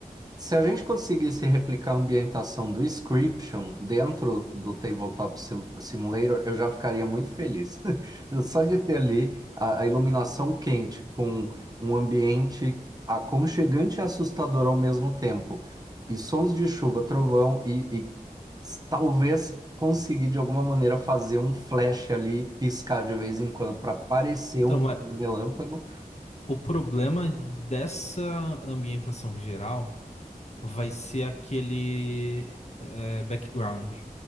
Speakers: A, on the right (about 25°); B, on the left (about 45°).
A: Se a gente conseguisse replicar a ambientação do Scription dentro do Tabletop Sil- Simulator, eu já ficaria muito feliz. <laughs> Só de ter ali a, a iluminação quente com um ambiente aconchegante e assustador ao mesmo tempo, e sons de chuva, trovão, e, e s- talvez conseguir de alguma maneira fazer um flash ali, piscar de vez em quando para parecer
B: Então,
A: um,
B: é-
A: um relâmpago.
B: o problema dessa ambientação geral vai ser aquele é, background.